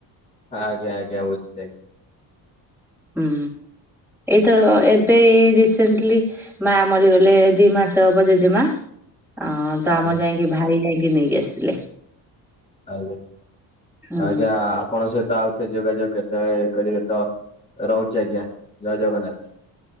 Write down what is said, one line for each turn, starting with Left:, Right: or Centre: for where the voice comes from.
Left: ଆଜ୍ଞା ଆଜ୍ଞା ବୁଝିଲି ଆଜ୍ଞା।
Centre: ହୁଁ ଏଇଥର ଏବେ ଏଇ ରିସେଣ୍ଟିଲି ମା ମରିଗଲେ ଦି ମାସ ହବ ଜେଜେ ମା ଅ ତ
Left: ଆଜ୍ଞା
Centre: ଆମର ଯାଇକି ଭାଇ ଯାଇକି ନେଇକି ଆସିଥିଲେ।
Left: ଆଜ୍ଞା
Centre: ହୁଁ
Left: ଆଜ୍ଞା ଆପ ଆପଣଙ୍କ ସହିତ ଆଉ ଥରେ ଯୋଗାଯୋଗ କେତେବେଳେ କରିବେ ତ ରହୁଛି ଆଜ୍ଞା ଜୟ ଜଗନ୍ନାଥ।